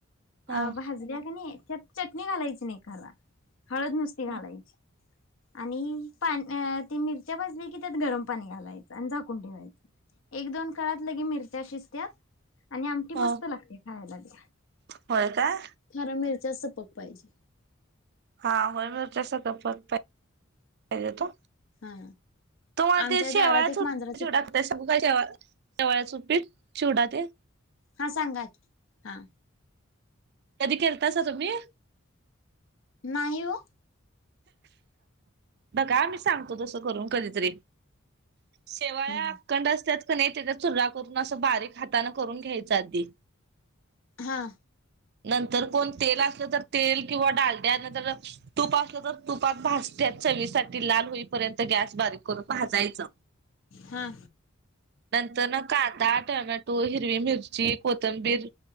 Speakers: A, on the right; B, on the left.
A: हा
B: अ भाजल्या क नाही त्यात चटणी घालायची नाही खर, हळद नुसती
A: ह
B: घालायची. आणि पा ती मिरच्या भजली की त्यात गरम पाणी घालायचं. झाकून ठेवायच, एक दोन काळात लगे मिरच्या शिजत्यात. आणि आमटी मस्त
A: ह
B: लागत्या खायला बी.
A: होय काय
B: खरा मिरच्या सपक पाहिजे.
A: हा, होय <unintelligible> येतो,
B: हा
A: तुम्हाला
B: आमच्या
A: ते शेवाळाच
B: दारात एक मांजराच
A: चिवडा ते सांगू काय शेवाळ्याच उपीट, चिवडा ते
B: हा, सांगा की, हा.
A: कधी केलतासा तुम्ही?
B: नाही ओ.
A: बघा मी सांगतो तस करून कधीतरीे, शे
B: हम्म!
A: कंड असत्यात क नाही, त्याचा चुरा करून, असं बारीक हाताानं करून घ्यायच आधी.
B: हां
A: नंतर कोण तेल असलं तर तेल, किंवा डालड्या नंतर नयितर तुप असलं तर तुपात भाजत्यात चवीसाठी, लाल होईपर्यंत गॅस बारीक करून भाजायचं.
B: हा
A: नंतरन कांदा, टमॅटो, हिरवी मिरची, कोथंबीर,